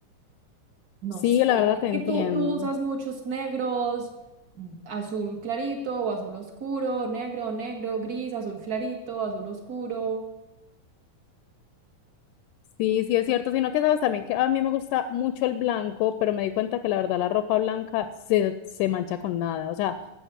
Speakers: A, on the right (about 40°); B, on the left (about 80°).
A: No
B: Sí,
A: sé.
B: la verdad
A: Es
B: te
A: que
B: entiendo.
A: tú, tú usas muchos negros mm, azul clarito o azul oscuro, negro, negro, gris, azul clarito, azul oscuro.
B: Sí, sí, es cierto, sino que sabes también que a mí me gusta mucho el blanco, pero me di cuenta que la verdad la ropa blanca se, se mancha con nada. O sea,